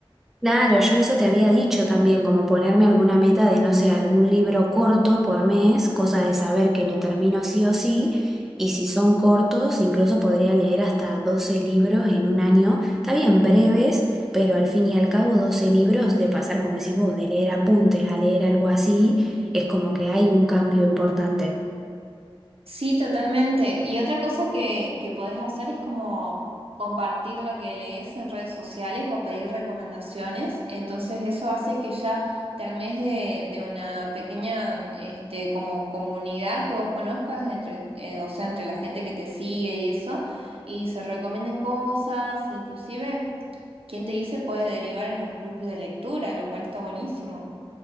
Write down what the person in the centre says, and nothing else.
Claro, yo eso te había dicho también, como ponerme alguna meta de, no sé, algún libro corto por mes, cosa de saber que lo termino sí o sí, y si son cortos, incluso podría leer hasta 12 libros en un año, está bien breves, pero al fin y al cabo 12 libros de pasar, como decís vos, de leer apuntes a leer algo así, es como que hay un cambio importante.